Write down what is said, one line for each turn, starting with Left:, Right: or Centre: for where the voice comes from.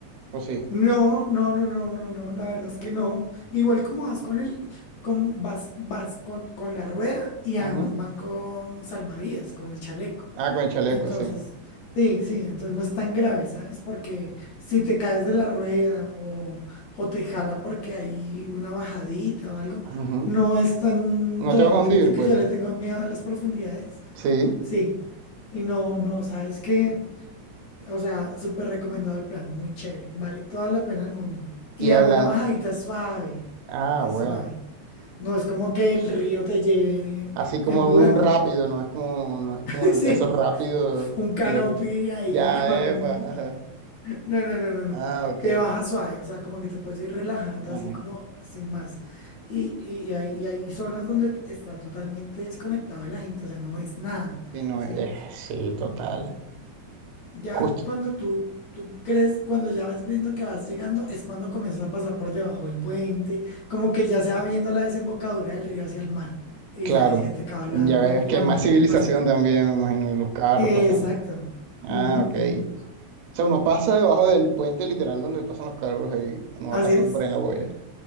Right: ¿O sí?
Left: No, no, no, no, no, no, la verdad es que no. Igual como vas con el, con, vas, vas con, con la rueda y
Right: Ujú.
Left: además van con salvavidas, con el chaleco.
Right: Ah, con el chaleco,
Left: Entonces,
Right: sí.
Left: sí, sí, entonces no es tan grave, ¿sabes? Porque si te caes de la rueda o, o te jala porque hay una bajadita o algo,
Right: Ujú.
Left: no es tan
Right: No
Left: dramático.
Right: te vas a hundir,
Left: Yo sé que
Right: pues.
Left: yo le tengo miedo a las profundidades,
Right: Sí.
Left: sí. Y no, no, ¿sabes qué? O sea, súper recomendado el plan, muy chévere, vale toda la pena del mundo. Y
Right: Y
Left: además
Right: hablan.
Left: la bajadita es suave,
Right: Ah,
Left: es
Right: bueno.
Left: suave. No es como que el río te lleve
Right: Así como
Left: en pura,
Right: un
Left: no.
Right: rápido, no es como, no es como
Left: <laughs>
Right: el-
Left: Sí,
Right: esos rápidos,
Left: un canopy
Right: los
Left: ahí,
Right: ya,
Left: un-
Right: epa. ajá.
Left: no. No, no, no, no, no.
Right: Ah, ok.
Left: Te baja suave, o sea, como que te puedes ir relajando
Right: Ujú.
Left: así como sin más. Y, y, y hay, y hay zonas donde está totalmente desconectado de la gente, o sea, no ves nada,
Right: Sí, no,
Left: ¿sí?
Right: eh, sí, total.
Left: Ya
Right: Justo,
Left: cuando tú, tú crees, cuando ya vas viendo que vas llegando, es cuando comienzas a pasar por debajo del puente, como que ya se va viendo la desembocadura del río hacia el mar, y
Right: claro.
Left: ya ahí se te acaba la,
Right: Ya ves
Left: la
Right: que hay
Left: moneda
Right: más civilización
Left: del paseo.
Right: también, me imagino, los carros
Left: Exacto.
Right: pasando eso. Ah,
Left: Ujú,
Right: ok.
Left: ujú.
Right: O sea, uno pasa debajo del puente literal donde pasan los carros y Uno
Left: Así
Right: va pasando
Left: es.
Right: por ahí en la boya.